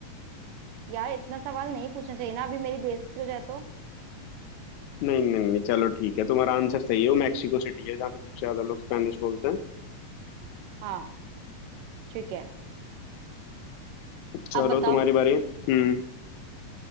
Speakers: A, on the right; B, on the left.
A: यार इतना सवाल नहीं पूछना चाहिए ना अभी मेरी बेइज्जती हो जाए तो
B: नहीं नहीं नहीं चलो ठीक है तुम्हारा आंसर सही है वो मैक्सिको सिटी है जहाँ पे सबसे ज्यादा लोग स्पेनिश बोलते हैं
A: हाँ ठीक है
B: चलो
A: अब बताओ
B: तुम्हारी बारी हम्म